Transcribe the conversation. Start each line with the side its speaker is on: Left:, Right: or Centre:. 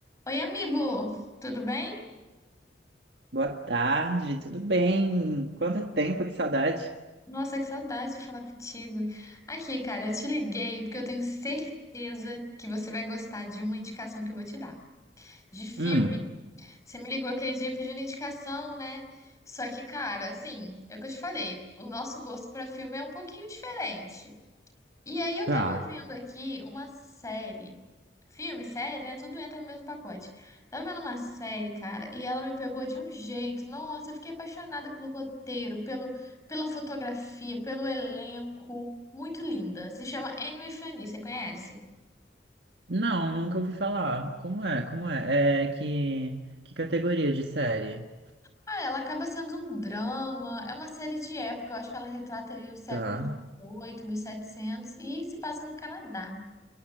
Left: Oi, amigo! Tudo bem?
Right: Boa tarde, tudo bem? Quanto tempo, que saudade.
Left: Nossa, que saudade de falar contigo. Aqui, cara, eu te liguei porque eu tenho certeza que você vai gostar de uma indicação que eu vou te dar, de filme.
Right: Hum,
Left: Você me ligou aquele dia pedindo indicação, né? Só que, cara, assim, é o que eu te falei, o nosso gosto pra filme é um pouquinho diferente. E aí eu
Right: tá.
Left: tava vendo aqui uma série. Filme, série, né? Tudo entra no mesmo pacote. Tava vendo uma série, cara, e ela me pegou de um jeito. Nossa, eu fiquei apaixonada pelo roteiro, pelo, pela fotografia, pelo elenco. Muito linda. Se chama *Anne Anime Fanny, você conhece?
Right: Não, nunca ouvi falar. Como é? Como é? É que que categoria de série?
Left: Ah, ela acaba sendo um drama. É uma série de época. Eu acho que ela retrata ali o século
Right: Tá.
Left: XVIII, setecentos e se passa no Canadá.